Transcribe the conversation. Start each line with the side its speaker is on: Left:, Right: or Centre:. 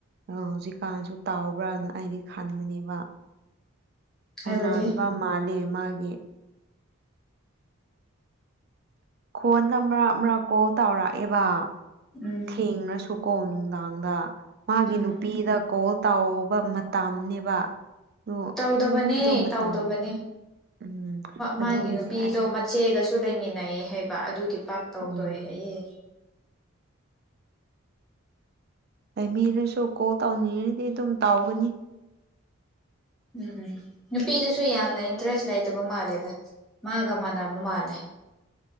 Right: ꯑꯣ ꯍꯧꯖꯤꯛꯀꯥꯟꯁꯨ ꯇꯥꯎꯕ꯭ꯔꯥꯅ ꯑꯩꯗꯤ ꯈꯟꯕꯅꯦꯕ ꯐꯧꯅꯥꯗꯕ
Centre: ꯍꯥꯏꯕꯗꯤ
Right: ꯃꯥꯜꯂꯦ ꯃꯥꯒꯤ ꯐꯣꯟꯗ ꯑꯃꯛ ꯃꯔꯛ ꯀꯣꯜ ꯇꯧꯔꯛꯑꯦꯕ
Centre: ꯎꯝ
Right: ꯊꯦꯡꯅꯁꯨ ꯀꯣ ꯅꯨꯡꯗꯥꯡꯗ ꯃꯥꯒꯤ
Centre: ꯎꯝ
Right: ꯅꯨꯄꯤꯗ ꯀꯣꯜ ꯇꯥꯎꯕ ꯃꯇꯝꯅꯦꯕ ꯑꯗꯨ
Centre: ꯇꯧꯗꯕꯅꯦ
Right: ꯑꯗꯨ ꯃꯇꯝ
Centre: ꯇꯧꯗꯕꯅꯦ
Right: ꯎꯝ
Centre: ꯃꯥꯒꯤ
Right: ꯑꯗꯨꯒꯤꯅꯦ
Centre: ꯅꯨꯄꯤꯗꯣ
Right: ꯑꯩ
Centre: ꯃꯆꯦꯒꯁꯨ ꯇꯨ ꯂꯩꯃꯤꯟꯅꯩꯌꯦ ꯍꯥꯏꯕ ꯑꯗꯨꯒꯤ ꯄꯥꯛ ꯇꯧꯗꯣꯏ
Right: ꯎꯝ
Centre: ꯍꯥꯏꯌꯦ
Right: ꯑꯗ ꯃꯤꯅꯁꯨ ꯀꯣꯜ ꯇꯧꯅꯤꯡꯉꯗꯤ ꯑꯗꯨꯝ ꯇꯥꯎꯒꯅꯤ
Centre: ꯎꯝ ꯅꯨꯄꯤꯗꯨꯁꯨ ꯌꯥꯝꯅ ꯏꯟꯇꯔꯦꯁ ꯂꯩꯇꯕ ꯃꯥꯜꯂꯦꯗ ꯃꯥꯒ ꯃꯥꯅꯦ ꯃꯥꯅꯦ